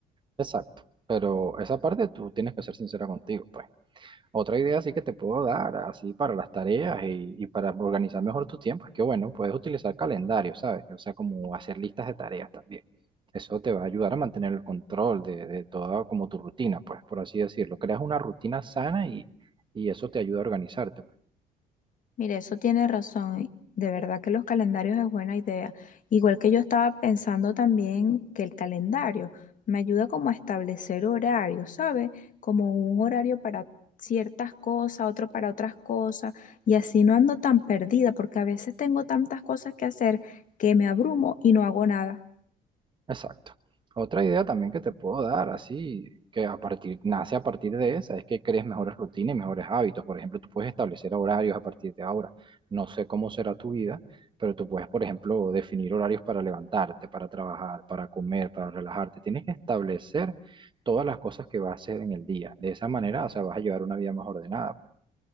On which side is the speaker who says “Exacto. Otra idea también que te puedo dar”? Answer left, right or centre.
Right